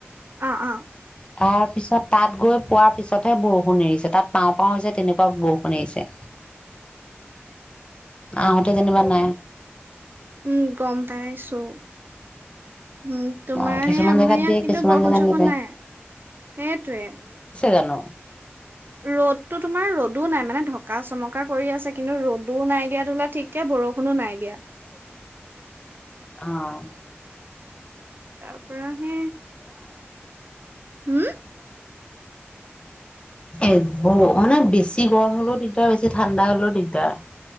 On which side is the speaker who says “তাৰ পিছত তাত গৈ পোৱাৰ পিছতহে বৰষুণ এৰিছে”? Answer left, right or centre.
Left